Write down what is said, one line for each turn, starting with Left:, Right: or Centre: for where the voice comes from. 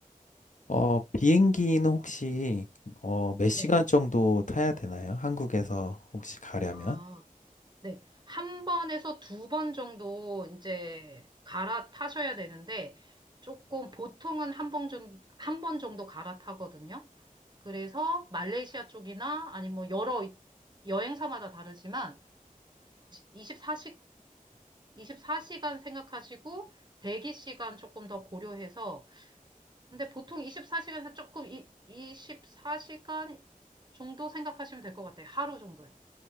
Left: 어, 비행기는 혹시 어, 몇 시간
Right: 네.
Left: 정도 타야 되나요? 한국에서 혹시 가려면?
Right: 아, 네. 한 번에서 두 번 정도 이제 갈아타셔야 되는데, 조금 보통은 한 번 정, 한번 정도 갈아타거든요. 그래서 말레이시아 쪽이나 아니 뭐 여러 여행사마다 다르지만 24, 24시간 생각하시고 대기 시간 조금 더 고려해서 근데 보통 24시간에서 조금 이, 24시간 정도 생각하시면 될 것 같아요. 하루 정도요.